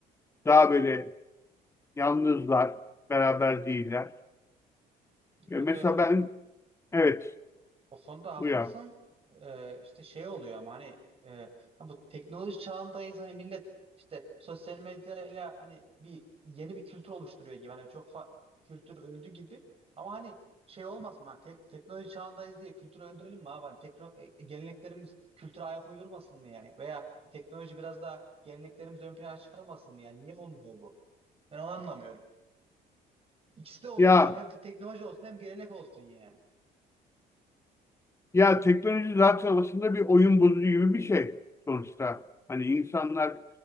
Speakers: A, on the left; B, on the right.
A: Daha böyle yalnızlar, beraber değiller.
B: Evet
A: E, mesela
B: evet.
A: ben evet
B: O konuda haklısın.
A: uyar.
B: Ee, işte şey oluyor ama hani e, ha bu teknoloji çağındayız hani millet işte sosyal medyayla hani bir yeni bir kültür oluşturuyor gibi hani çok fa- kültür öldü gibi ama hani şey olmasın hani tek- teknoloji çağındayız diye kültürü öldürelim mi abi? Hani tekno- e, geleneklerimiz kültüre ayak uydurmasın mı yani? Veya teknoloji biraz daha geleneklerimizi ön plana çıkarmasın mı yani? Niye olmuyor bu? Ben onu anlamıyorum. İkisi de olsun
A: Ya
B: abi hem teknoloji olsun hem gelenek olsun yani.
A: ya teknoloji zaten aslında bir oyun bozucu gibi bir şey sonuçta. Hani insanlar